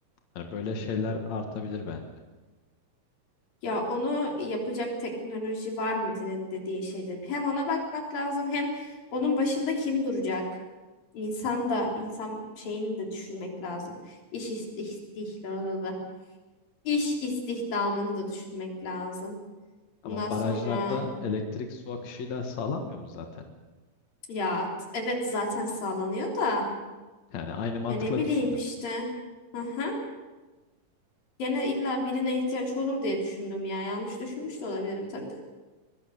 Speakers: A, on the left (about 55°); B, on the left (about 80°).
A: Hani böyle şeyler artabilir bence.
B: Ya onu yapacak teknoloji var mı de- dediğin şeydir. Hem ona bakmak lazım hem onun başında kim duracak? İnsan da insan şeyini de düşünmek lazım. İş istihdamını, iş istihdamını da düşünmek lazım.
A: Ama
B: Bundan
A: barajlarda
B: sonra
A: elektrik su akışıyla sağlanmıyor mu zaten?
B: ya t- evet zaten sağlanıyor da
A: Yani aynı mantıkla
B: ya ne bileyim
A: düşündüm.
B: işte. Aha. Gene illa birine ihtiyaç olur diye düşündüm ya. Yanlış düşünmüş de olabilirim tabii de.